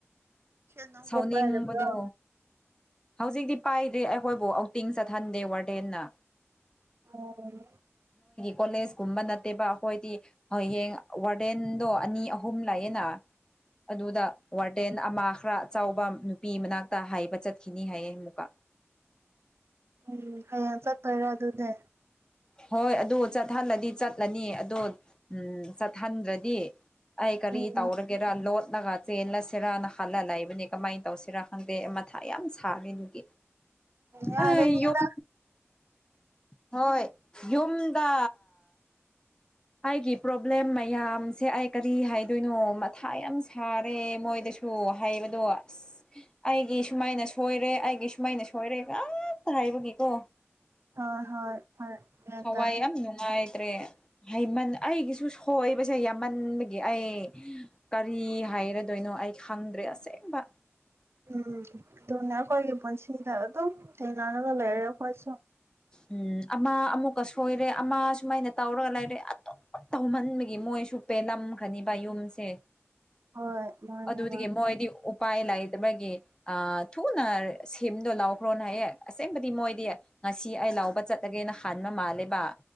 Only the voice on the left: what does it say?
ꯁꯥꯎꯅꯤꯡꯕꯗꯣ
ꯍꯧꯖꯤꯛꯇꯤ ꯄꯥꯏꯗ꯭ꯔꯦ ꯑꯩꯈꯣꯏꯕꯨ ꯑꯥꯎꯇꯤꯡ ꯆꯠꯍꯟꯗꯦ ꯋꯥꯔꯗꯦꯟꯅ
ꯀꯣꯂꯦꯖ ꯀꯨꯝꯕ ꯅꯠꯇꯦꯕ ꯑꯩꯈꯣꯏꯗꯤ ꯍꯌꯦꯡ ꯋꯥꯔꯗꯦꯟꯗꯣ ꯑꯅꯤ ꯑꯍꯨꯝ ꯂꯩꯑꯦꯅ ꯑꯗꯨꯗ ꯋꯥꯔꯗꯦꯟꯅ ꯑꯃꯥ ꯈꯔ ꯑꯆꯧꯕ ꯅꯨꯄꯤ ꯃꯅꯥꯛꯇ ꯍꯥꯏꯕ ꯆꯠꯈꯤꯅꯤ ꯍꯥꯏꯌꯦ ꯑꯃꯨꯛꯀ
ꯍꯣꯏ ꯑꯗꯨ ꯆꯠꯍꯜꯂꯗꯤ ꯆꯠꯂꯅꯤ ꯑꯗꯨ ꯎꯝ ꯆꯠꯍꯟꯗ꯭ꯔꯗꯤ ꯑꯩ ꯀꯔꯤ
ꯇꯧꯔꯒꯦꯔꯥ ꯂꯣꯠ ꯂꯒ ꯆꯦꯜꯂꯁꯤꯔꯅ ꯈꯜꯂ ꯂꯩꯏꯕꯅꯦ ꯀꯃꯥꯏꯅ ꯇꯧꯁꯤꯔꯥ ꯈꯪꯗꯦ ꯃꯊꯥ ꯌꯥꯝ ꯁꯥꯔꯦ ꯑꯗꯨꯒꯤ
ꯑꯍꯩ ꯌꯨꯝ ꯍꯣꯏ ꯌꯨꯝꯗ ꯑꯩꯒꯤ ꯄ꯭ꯔꯣꯕ꯭ꯂꯦꯝ ꯃꯌꯥꯝꯁꯦ ꯑꯩ ꯀꯔꯤ ꯍꯥꯏꯗꯣꯏꯅꯣ ꯃꯊꯥ ꯌꯥꯝ ꯁꯥꯔꯦ ꯃꯣꯏꯗ ꯁꯨ ꯍꯥꯏꯕꯗꯣ ꯑꯁ ꯑꯩꯒꯤ ꯁꯨꯃꯥꯏꯅ ꯁꯣꯏꯔꯦ ꯑꯩꯒꯤ ꯁꯨꯃꯥꯏꯅ ꯁꯣꯏꯔꯦ ꯉꯥꯛꯇ ꯍꯥꯏꯕꯒꯤꯀꯣ
ꯊꯋꯥꯏ
ꯌꯥꯝ ꯅꯨꯡꯉꯥꯏ ꯇꯔꯦ ꯍꯥꯢꯃꯟ ꯑꯩꯒꯤꯁꯨ ꯁꯣꯏꯕꯁꯦ ꯌꯥꯝꯃꯟꯕꯒꯤ ꯑꯩ ꯀꯔꯤ ꯍꯥꯏꯔꯗꯣꯏꯅꯣ ꯑꯩ ꯈꯪꯗ꯭ꯔꯦ ꯑꯁꯦꯡꯕ
ꯎꯝ ꯑꯃ ꯑꯃꯨꯛꯀ ꯁꯣꯏꯔꯦ ꯑꯃ ꯁꯨꯃꯥꯏꯅ ꯇꯧꯔꯒ ꯂꯩꯔꯦ ꯑꯗꯨ ꯇꯧꯃꯟꯕꯒꯤ ꯃꯣꯏꯁꯨ ꯄꯦꯜꯂꯝꯈ꯭ꯔꯅꯤꯕ ꯌꯨꯝꯁꯦ
ꯑꯗꯨꯗꯒꯤ
ꯃꯣꯏꯗꯤ ꯎ ꯄꯥꯏ ꯂꯩꯇꯕꯒꯤ ꯊꯨꯅ ꯁꯤꯝꯗꯣ ꯂꯥꯎꯈ꯭ꯔꯣꯅ ꯍꯥꯏꯌꯦ ꯑꯁꯦꯡꯕꯗꯤ ꯃꯣꯏꯗꯤ ꯉ ꯁꯤ ꯑꯩ ꯂꯥꯎꯕ ꯆꯠꯂꯒꯦꯅ ꯈꯟꯕ ꯃꯥꯜꯂꯦꯕ